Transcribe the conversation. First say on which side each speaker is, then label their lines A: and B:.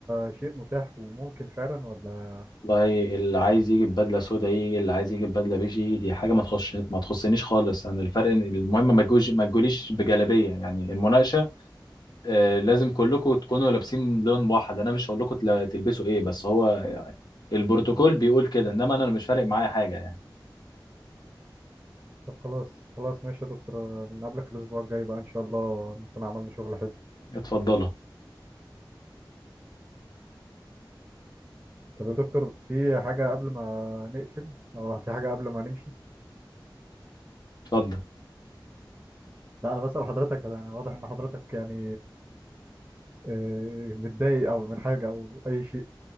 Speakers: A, on the right; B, on the left.
A: شيء متاح وممكن فعلا ولا
B: والله اللي عايز يجي بدلة سودا يجي اللي عايز يجي بدلة بيجي دي حاجة ما تخش ما تخصنيش خالص انا الفرق إن المهم ما تجوش ما تجوليش بجلابية يعني المناقشة آه، لازم كلكم تكونوا لابسين لون واحد انا مش هقول لكم تل- تلبسوا ايه بس هو البروتوكول بيقول كده انما انا مش فارق معايا حاجة يعني
A: طب خلاص خلاص ماشي يا دكتور نقابلك الأسبوع الجاي بقى إن شاء الله نكون عملنا شغل حلو
B: اتفضلوا
A: طب يا دكتور في حاجة قبل ما نقفل أو في حاجة قبل ما نمشي
B: اتفضل
A: لا أنا بسأل حضرتك أنا واضح إن حضرتك يعني آه، متضايق أو من حاجة أو أي شيء